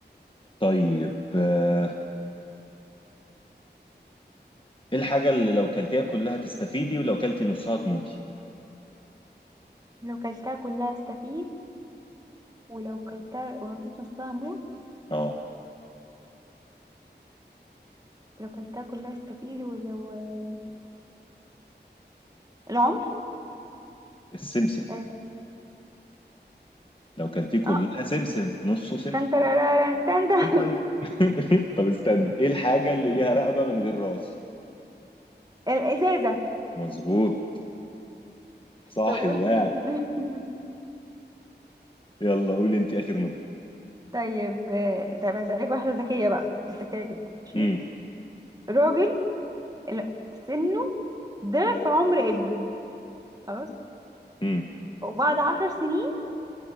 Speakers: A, on the left; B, on the right.
A: طيب آه، ايه الحاجة اللي لو كلتيها كلها تستفيدي ولو كلتي نصها تموتي؟
B: لو كلتها كلها استفيد ولو كلتها ولو كلت نصها موت
A: اه
B: لو كلتها كلها استفيد ولو آه، العمر
A: السمسم
B: اه
A: لو كلتيه كلها
B: آه.
A: سمسم نصه سم
B: تن ترارارن تن تن.
A: استنى. <laughs> طب استني ايه الحاجة اللي ليها رقبة من غير راس؟
B: <laughs> الازازه
A: مظبوط صاحي
B: طب قلت
A: واعي
B: تاني. <laughs>
A: يلا قولي انت اخر نقطة
B: طيب آه، طيب هسألك واحده ذكيه بقى ذكيه جدا ماشي
A: امم
B: راجل ال- سنه ضعف عمر ابنه خلاص
A: امم
B: وبعد عشر سنين